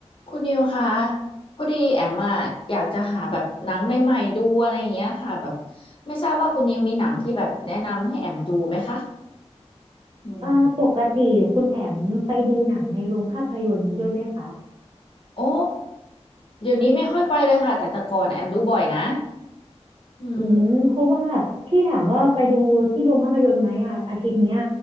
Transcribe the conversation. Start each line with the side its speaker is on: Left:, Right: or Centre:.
Left: คุณนิวคะพอดีแอมอะอยากจะหาแบบหนังใหม่ๆดูอะไรอย่างเงี้ยค่ะแบบไม่ทราบว่าคุณนิวมีหนังที่แบบแนะนำให้แอมดูไหมคะอืม
Right: เอ่อปกติคุณแอมไปดูหนังในโรงภาพยนตร์ด้วยไหมคะ
Left: โอ้เดี๋ยวนี้ไม่ค่อยไปเลยค่ะแต่แต่ก่อนแอมดูบ่อยนะอืม
Right: อืมเพราะว่าที่ถามว่าไปดูที่โรงภาพยนตร์ไหมอ่ะอาทิตย์เนี้ย